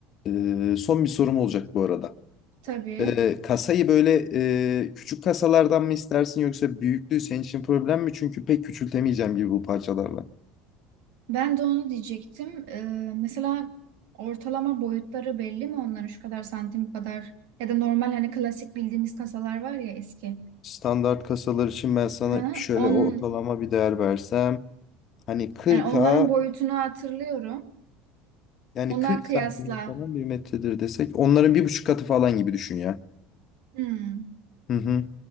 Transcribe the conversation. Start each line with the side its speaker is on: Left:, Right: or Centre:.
Left: E, son bir sorum olacak bu arada.
Right: Tabii.
Left: E, kasayı böyle e, küçük kasalardan mı istersin yoksa büyüklüğü senin için problem mi? Çünkü pek küçültemeyeceğim gibi bu parçalarla.
Right: Ben de onu diyecektim. Ee, mesela ortalama boyutları belli mi onların şu kadar santim bu kadar ya da normal hani klasik bildiğimiz kasalar var ya eski.
Left: Standart kasalar için ben sana
Right: Ha,
Left: şöyle
Right: on,
Left: ortalama bir değer versem. Hani 40'a
Right: yani onların boyutunu hatırlıyorum.
Left: yani
Right: Ona
Left: 40
Right: kıyasla
Left: santim falan bir metredir desek. Onların bir buçuk katı falan gibi düşün ya.
Right: hmm,
Left: Hı hı,